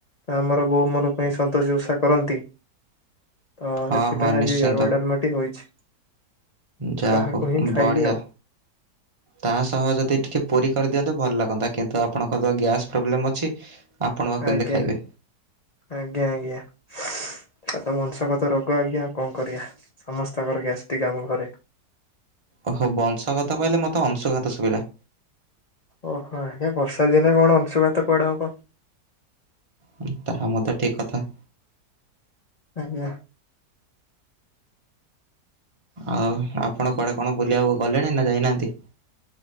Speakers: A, on the left (about 70°); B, on the right (about 25°).
A: ଆମର ବୋଉ ମୋର ପାଇଁ ସନ୍ତୋଷି ଉଷା କରନ୍ତି। ତ
B: ହଁ
A: ସେଥିପାଇଁ
B: ହଁ
A: ଆଜି
B: ନିଶ୍ଚିନ୍ତ
A: ଅରୁଆ ଡାଲ୍ମାଟି ହୋଇଛି,
B: ଯା
A: ତାହାକୁ
B: ହଉ
A: ହିଁ ଖାଇବି
B: ବଢ଼ିଆ।
A: ଆଉ।
B: ତା ସହ ଯଦି ଟିକେ ପୁରୀ କରିଦିଅନ୍ତେ ଭଲ୍ ଲାଗନ୍ତା, କିନ୍ତୁ ଆପଣଙ୍କର ତ ଗ୍ୟାସ୍ ପ୍ରୋବ୍ଲେମ୍ ଅଛି। ଆପଣ ବା କେମିତି
A: ଆଜ୍ଞା,
B: ଖାଇବେ?
A: ଆଜ୍ଞା ଆଜ୍ଞା। ସେତ ବଂଶଗତ ରୋଗ ଆଜ୍ଞା କଁ କରିଆ? ସମସ୍ତଙ୍କର ଗ୍ୟାସ୍ଟିକ୍ ଆମ ଘରେ।
B: ଓହୋ ବଂଶଗତ କହିଲେ, ମୋତେ ଅଂଶୁଘାତ ଶୁଭିଲା।
A: ଓହୋ ହେ ବର୍ଷା ଦିନେ କଣ ଅଂଶୁଘାତ କୁଆଡ଼େ ହବ?
B: ହୁଁ ତାହା ମଧ୍ୟ ଠିକ୍ କଥା।
A: ଆଜ୍ଞା।
B: ଆଉ ଆପଣ କୁଆଡେ କଣ ବୁଲିବାକୁ ଗଲେଣି ନା ଯାଇନାହାନ୍ତି?